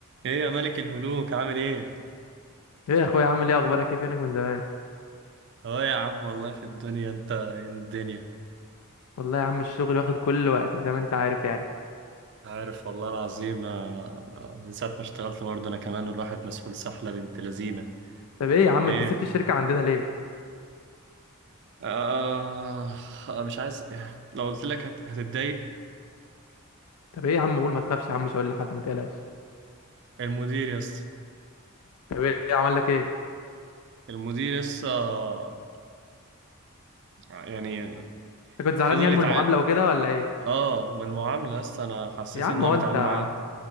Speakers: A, on the right; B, on the left.
A: ايه يا ملك الملوك عامل ايه؟
B: ايه يا اخويا عامل ايه اخبارك ايه فينك من زمان
A: اه يا عم والله في الدنيا انت إيه الدنيا
B: والله يا عم الشغل واخد كل وقتي زي ما انت عارف يعني
A: عارف والله العظيم آه، من ساعة ما اشتغلت برضه انا كمان الواحد مسؤول سحلة بنت لذينة
B: طب ايه يا عم
A: ايه؟
B: انت سبت الشركه عندنا ليه
A: آه آه، مش عايز لو قلت لك هت- هتتضايق
B: طب ايه يا عم قول ما تخافش يا عم مش هقول لحد ما تقلقش
A: المدير يس
B: طب ايه عمل لك ايه
A: المدير يس آه، يعني
B: انت كنت زعلان
A: فضل
B: يعني
A: يتعامل
B: من المعامله وكده ولا ايه
A: اه من المعاملة يس انا حسيت
B: يا عم
A: ان هو
B: هو
A: بيتعامل
B: انت
A: معاه